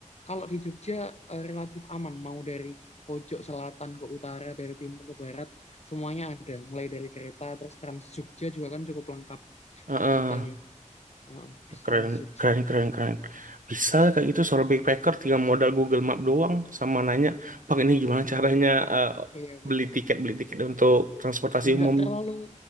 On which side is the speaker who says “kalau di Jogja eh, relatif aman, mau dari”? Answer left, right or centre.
Left